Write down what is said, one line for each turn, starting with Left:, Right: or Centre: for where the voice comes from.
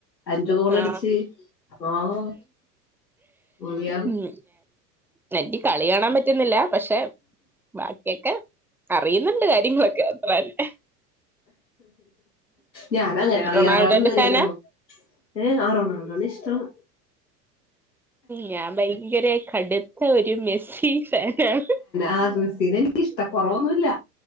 Left: അഞ്ചു ഗോളടിച്ച്
Centre: ആ
Left: ആഹ് പൊളിയാണ്
Centre: ഉം. നറ്റി കളി കാണാൻ പറ്റുന്നില്ല പക്ഷെ ബാക്കിയൊക്കെ അറിയുന്നുണ്ട് കാര്യങ്ങളൊക്കെ അത്രന്നെ.
Left: ഞാന അങ്ങനെ കളി
Centre: റൊണാൾഡോന്റെ
Left: <unintelligible>
Centre: ഫാനാ
Left: നമ്മ ഏ ആ റൊണാൾഡോ നേ ഇഷ്ടാണ്.
Centre: ഞാൻ ഭയങ്കര കടുത്ത ഒരു മെസ്സി ഫാനാണ്
Left: ആ മെസ്സിനെ എനിക്കിഷ്ടക്കുറവൊന്നുല്ല.